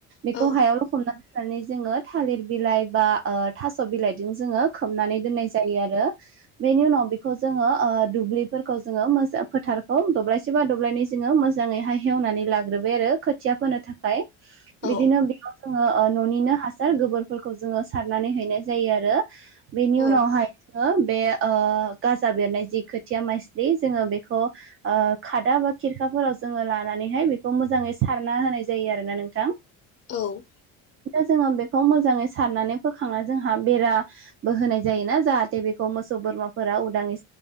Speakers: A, on the right (about 35°); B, on the left (about 35°).
A: बेखौ
B: औ
A: हायाव लखबनानै माने जोङो थालिर बिलाइ बा थास' बिलाइजों जोङो खोबनानै दोननाय जायो आरो बेनि उनाव बेखौ जोङो दुब्लिफोरखौ जोङो मोजां फोथारखौ दब्लायसे बा दब्लायनै जोङो मोजाङैहाय एवनानै लाग्रोबाय आरो खोथिया फोनो थाखाय
B: औ
A: बिदिनो बेयाव जोङो न'निनो हा सार गोबोरफोरखौ जोङो सारनानै हैनाय जायो आरो बेनि
B: औ
A: उनावहाय हो बे ओ गाजा बेरनाय जि खोथिया माय जोङो बेखौ ओ खादा बा खिरखाफोराव जोङो लानानैहाय बेखौ मोजाङै सारना हो नाय जायो आरोना नोंथां
B: औ
A: जोङो बेखौ मोजाङै सारनानै फोखांना जोंहा बेराबो होनाय जायोना जाहाथे बेखौ मोसौ बोरमाफोरा उदाङै